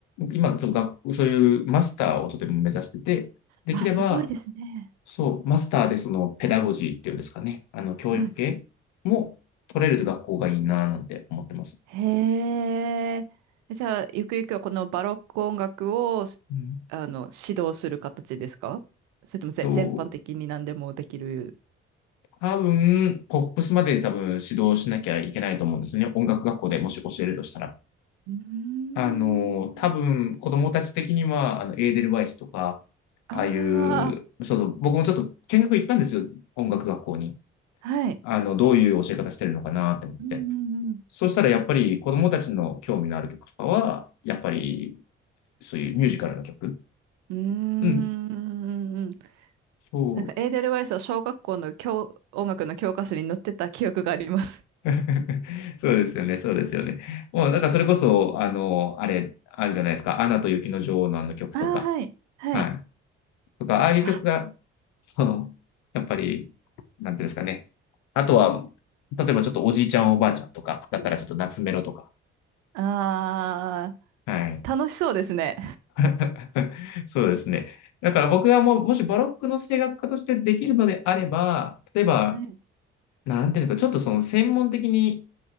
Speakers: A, on the left (about 60°); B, on the right (about 60°).
A: 今、そう、学そういうマスターをちょっと目指してて、できれば、
B: あ、すごいですね。
A: そう、マスターでそのペダゴジーっていうんですかね、あの教育系も取れる学校がいいななんて思ってます。
B: はいへえ。じゃあ、ゆくゆくはこのバロック音楽を、
A: うん
B: あの、指導する形ですかそれともぜ全般的に何でもできる。
A: と、多分、ポップスまで多分指導しなきゃいけないと思うんですよね。音楽学校でもし教えるとしたら。
B: うーん。
A: あの、多分、子供たち的には、あの、エーデルワイスとか、ああいう、
B: あ
A: そうそう、僕もちょっと見学行ったんですよ。音楽学校に。
B: あ、はい。
A: あの、どういう教え方してるのかなって思って。
B: うんうん
A: そしたらやっぱり子供たちの興味のある曲とかは、やっぱりそういうミュージカルの曲。
B: うん。
A: うん。
B: うーん。
A: そう。
B: なんか、エーデルワイスは小学校の教、音楽の教科書に載ってた記憶があります。
A: <laughs> そうですよね、そうですよね。もう、なんかそれこそ、あの、あれ、あるじゃないですか。アナと雪の女王のあの曲とか。
B: ああ、はい。はい。
A: はい。とか、ああいう曲が、
B: あ、
A: その、やっぱり、なんていうんですかね。あとは、例えばちょっとおじいちゃんおばあちゃんとか、だったらちょっと夏メロとか。
B: あ
A: はい。
B: あ、楽しそうですね。
A: <laughs> そうですね。だから僕がもう、もしバロックの声楽家としてできるのであれば、例えば、
B: はい
A: なんていうか、ちょっとその専門的に